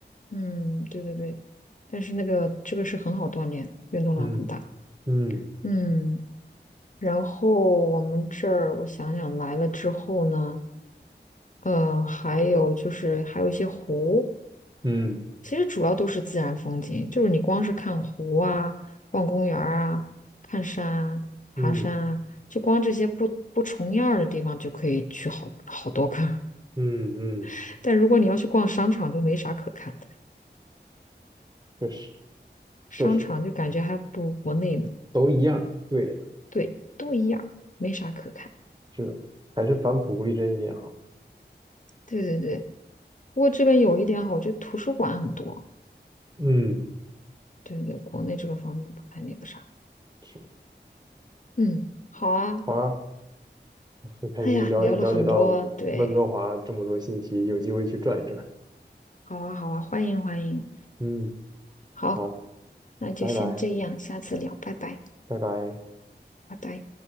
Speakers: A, on the left; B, on the right.
A: 嗯，对对对，但是那个这个是很好锻炼，运动量很大，
B: 嗯嗯
A: 嗯，然后我们这儿我想想来了之后呢，呃，还有就是还有一些湖，
B: 嗯
A: 其实主要都是自然风景，就是你光是看湖啊、逛公园儿啊、看山啊、爬山啊，
B: 嗯
A: 就光这些不不重样儿的地方就可以去好好多个
B: 嗯嗯，
A: <laughs> 但如果你要去逛商场，就没啥可看的，
B: 确实确实
A: 商场就感觉还不如国内呢。
B: 都一样。对呀，
A: 对，都一样，没啥可看。
B: 是的还是返璞归真一点好。
A: 对对对，不过这边有一点好，我觉得图书馆很多。
B: 嗯，
A: 对对对，国内这个方面不太那个啥。
B: 是，
A: 嗯，好啊。
B: 好啊，很开心了解了解到温哥华这么多信息，
A: 哎呀，聊了很多，对，
B: 有机会去转一转。
A: 好啊好啊，欢迎欢迎。
B: 嗯，
A: 好，
B: 好，
A: 那就先这样，
B: 拜拜，
A: 下次聊，拜拜，
B: 拜拜。
A: 拜拜。